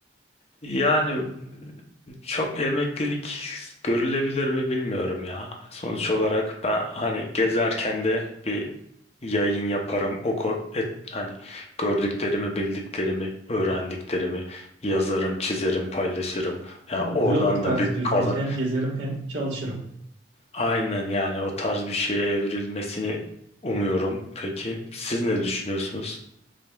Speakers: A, on the left; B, on the right.
A: Yani e, çok emeklilik görülebilir mi bilmiyorum ya. Sonuç olarak ben hani gezerken de bir yayın yaparım. O ko- et, hani gördüklerimi, bildiklerimi, öğrendiklerimi yazarım, çizerim, paylaşırım. Ya
B: O
A: oradan
B: blogger tarzı
A: da bir
B: diyorsunuz.
A: kazan.
B: Hem gezerim hem çalışırım.
A: Aynen yani o tarz bir şeye evrilmesini umuyorum. Peki siz ne düşünüyorsunuz?